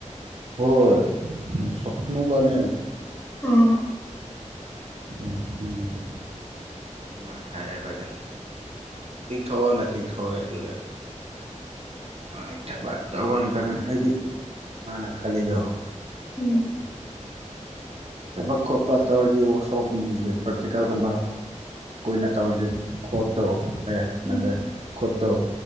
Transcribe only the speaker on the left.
ꯑꯣ
ꯎꯝ
ꯎꯝ